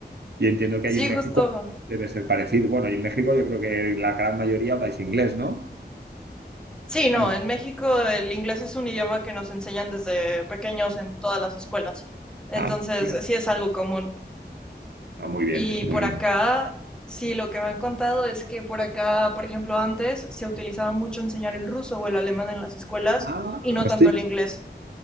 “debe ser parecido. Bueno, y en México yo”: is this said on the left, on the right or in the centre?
Right